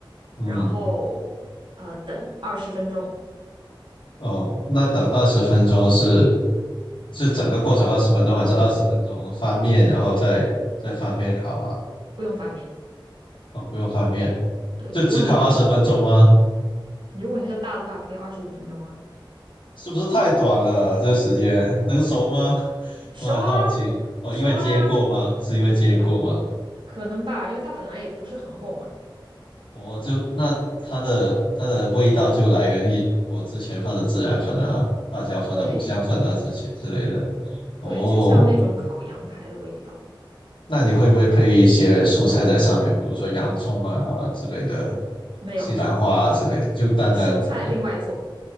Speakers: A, on the left (about 80°); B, on the right (about 65°).
A: 嗯，
B: 然后呃等二十分钟，
A: 哦，那等二十分钟是是整个过程二十分钟还是二十分钟翻面，然后再再翻面烤啊？
B: 不用翻面。
A: 哦，不用翻面，
B: 对，
A: 就只烤二十分钟吗？
B: 如果你那你如果你那个大的话，可以二十五分钟啊，
A: 是不是太短了？这个时间能熟吗？<laughs>
B: 熟啊，
A: 我很好奇。哦，
B: 熟了啊，
A: 因为煎过吗？是因为煎过吗？
B: 可能吧，因为它本来也不是很厚嘛。
A: 我就那它的它的味道就来源于我之前放的孜然粉啊、辣椒粉啊、
B: 对
A: 五香粉啊之前之类的。哦，
B: 对，就像那种烤羊排的味道，
A: 那你会不会配一些蔬菜在上面，比如说洋葱啊之类的，
B: 没有，
A: 西兰花啊之类的？就单单这个
B: 蔬菜另外做。